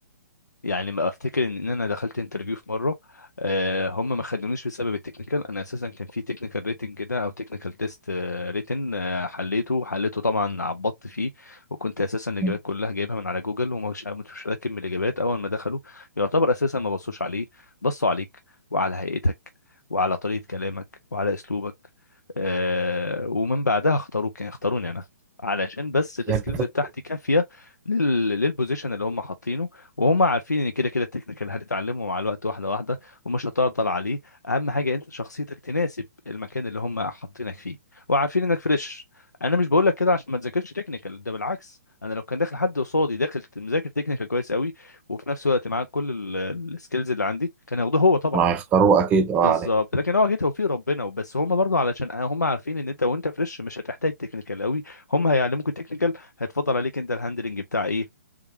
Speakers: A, on the left; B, on the right.
A: يعني ما افتكر ان إن انا دخلت انترفيو في مره آه، هم ما خدونيش بسبب التكنيكال انا اساسا كان في تكنيكال ريتنج كده او تكنيكال تيست ريتن آه، حليته حليته طبعا عبطت فيه وكنت اساسا الاجابات
B: مم.
A: كلها جايبها من على جوجل ومش مش راكب من الاجابات اول ما دخلوا يعتبر اساسا ما بصوش عليه بصوا عليك وعلى هيئتك وعلى طريقه كلامك وعلى اسلوبك آه، ومن بعدها اختاروك يعني اختاروني انا علشان بس السكيلز
B: هي القط-
A: بتاعتي كافيه لل- للبوزيشن اللي هم حاطينه وهم عارفين ان كده كده التكنيكال هتتعلمه مع الوقت واحده واحده ومش هتعطل عليه اهم حاجه انت شخصيتك تناسب المكان اللي هم حاطينك فيه وعارفين انك فريش انا مش بقول لك كده عشان ما تذاكرش تكنيكال ده بالعكس انا لو كان داخل حد قصادي داخل مذاكر تكنيكال كويس قوي وفي نفس الوقت معاه كل السكيلز اللي عندي كان هياخده هو طبعا
B: أنا هيختاروه اكيد اه
A: بالظبط
B: عليك
A: لكن هو اكيد توفيق ربنا وبس هم برضو علشان هم عارفين ان انت وانت فريش مش هتحتاج تكنيكال قوي هم هيعلموك التكنيكال هيتفضل عليك انت الهاندلنج بتاع ايه